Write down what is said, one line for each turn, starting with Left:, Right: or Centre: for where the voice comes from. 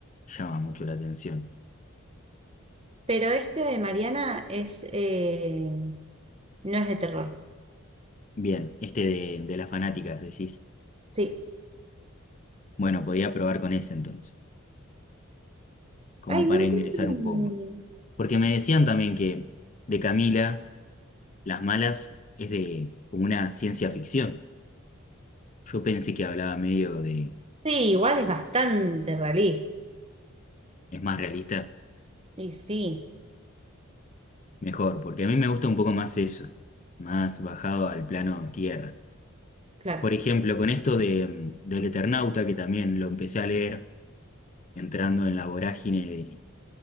Left: llama mucho la atención.
Right: Pero este de Mariana es eh, no es de terror.
Left: Bien, este de, de las fanáticas, decís.
Right: Sí.
Left: Bueno, podía probar con ese entonces, como
Right: Ay,
Left: para
Right: no encuentro.
Left: ingresar
Right: un-
Left: un poco. Porque me decían también que de Camila, Las Malas es de como una ciencia ficción. Yo pensé que hablaba medio de,
Right: Sí, igual es bastante realista.
Left: es más realista,
Right: Y sí,
Left: mejor, porque a mí me gusta un poco más eso, más bajado al plano tierra.
Right: claro.
Left: Por ejemplo, con esto de, mm, del Eternauta, que también lo empecé a leer entrando en la vorágine de,